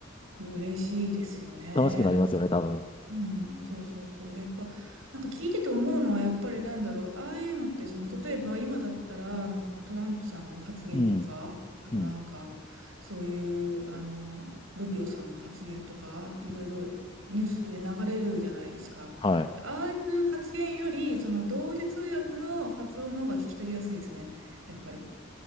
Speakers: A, on the right; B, on the left.
A: 嬉しいですよね。
B: 楽しくなりますよね、多分。
A: うん、そうそうそう。で、やっぱ、なんか聞いてて思うのは、やっぱりなんだろう、ああいうのって、その、例えば今だったら、あの、トランプさんの発言とか、
B: うん。
A: あとなんか、
B: うん。
A: そういう、あの、ルビオさんの発言とか、いろいろニュースで流れるじゃないですか。
B: うんはい。
A: で、ああいう発言より、その、同時通訳の発音の方が聞き取りやすいですね、やっぱり。